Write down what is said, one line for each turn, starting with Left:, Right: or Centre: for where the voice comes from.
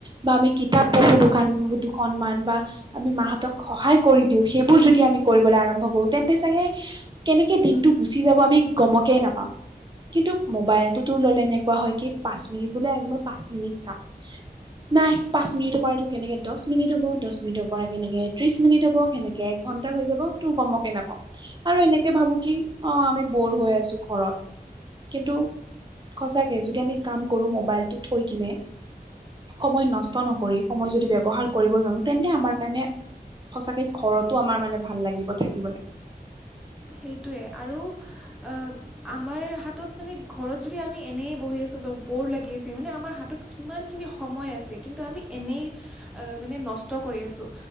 Right: বা আমি কি কিতাপ পঢ়োঁ দুখান দুখনমান বা আমি মাহঁতক সহায় কৰি দিও সেইবোৰ যদি আমি কৰিবলে আৰম্ভ কৰো তেন্তে চাগে কেনেকে দিন টো গুচি যাব আমি গমকে নাপাম। কিন্তু মবাইলতোটো ল'লে এনেকুৱা হয় কি পাঁচ মিনিট বোলে আজি মই পাঁচ মিনিট চাম। নাই পাঁচ মিনিটৰ পৰা এইটো কেনেকে দছ মিনিট হ'ব, দছ মিনিটৰ পৰা কেনেকে ত্ৰিশ মিনিট হ'ব। কেনেক কে এক ঘণ্টা হৈ যাব তোৰ গমকে নাপাওঁ। আৰু এনেকে ভাবো কি অ আমি বৰ হৈ আছো ঘৰত। কিন্তু সঁচাকে যদি আমি কাম কৰো মোবাইলটো থৈ কিনে। সময় নষ্ট নকৰি সময় যদি ব্যৱহাৰ কৰিব জানো তেন্তে আমাৰ কাৰণে সঁচাকে ঘৰতো আমাৰ মানে ভাল লাগিব থাকিবলে।
Centre: সেইটোৱে আৰু আহ আমাৰ হাতত মানে ঘৰত যদি আমি এনেই বহি আছোঁ বা ব'ৰ লাগি আছে মানে আমাৰ হাতত। কিমানখিনি সময় আছে কিন্তু আমি এনেই। মানে নষ্ট কৰি আছো